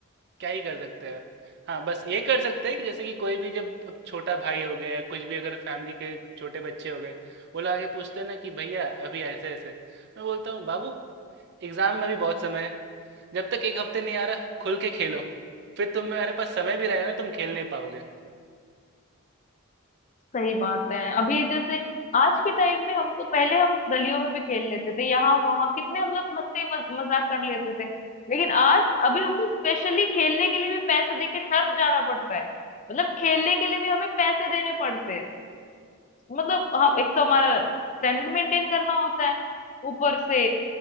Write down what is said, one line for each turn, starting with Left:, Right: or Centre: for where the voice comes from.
Right: क्या ही कर सकते हैं। हाँ, बस ये कर सकते हैं कि जैसे कि कोई भी जब अब छोटा भाई हो गया या कुछ भी अगर फैमिली के छोटे बच्चे हो गए, वो लोग आके पूछते हैं ना कि भैया अभी ऐसे-ऐसे। मैं बोलता हूँ बाबू एग्ज़ाम में भी बहुत समय है। जब तक 1 हफ्ते नहीं आ रहा खुल के खेलो। फिर तुम्हारे पास समय भी रहेगा ना तुम खेल नहीं पाओगे।
Left: सही बात है अभी जैसे आज के टाइम में हमको पहले हम गलियों में भी खेल लेते थे यहाँ वहाँ कितने हम लोग मस्ती मज, मजाक कर लेते थे लेकिन आज अभी हमको स्पेशली खेलने के लिए भी पैसे दे के टर्फ जाना पड़ता है मतलब खेलने के लिए भी हमें पैसे देने पड़ते हैं मतलब हम एक तो हमारा स्टैंडर्ड मेंटेन करना होता है ऊपर से